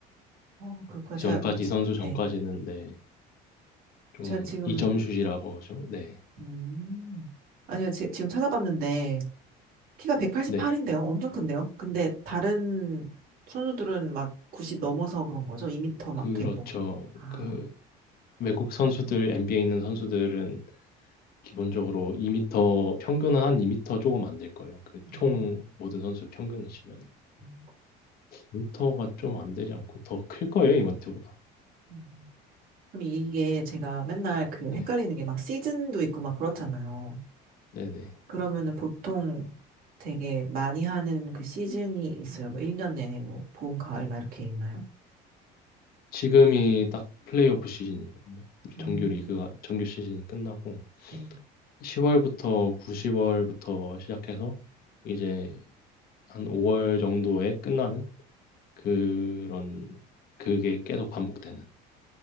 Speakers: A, on the right (about 55°); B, on the left (about 55°).
A: 어, 그렇구나.
B: 그
A: 제가,
B: 전까지
A: 지-
B: 이 선수 전까지는
A: 네.
B: 네, 좀
A: 제가 지금
B: 이점슛이라고 하죠. 네,
A: 음. 아니요, 지, 지금 찾아봤는데, 키가 188인데요?
B: 네,
A: 엄청 큰데요? 근데 다른 선수들은 막 90 넘어서 그런 거죠? 2미터
B: 그렇죠.
A: 막 되고. 아,
B: 그 외국 선수들 NBA에 있는 선수들은 기본적으로 2미터 평균은 한 2미터 조금 안 될 거예요. 그
A: 음,
B: 총 모든 선수 평균을 치면
A: 음,
B: 2미터가 좀 안 되지 않고 더 클 거예요 이마트보다.
A: 음. 그럼 이게 제가 맨날 그
B: 네,
A: 헷갈리는 게 막 시즌도 있고 막 그렇잖아요.
B: 네, 네.
A: 그러면은 보통 되게 많이 하는 그 시즌이 있어요. 뭐 1년 내내 뭐 봄, 가을 막 이렇게 있나요?
B: 지금이 딱 플레이오프 시즌이거든요.
A: 음,
B: 정규 리그가 정규 시즌이 끝나고
A: 네.
B: 10월부터 9, 0월부터 시작해서 이제 한 5월 정도에 끝나는 그런 그게 계속 반복되는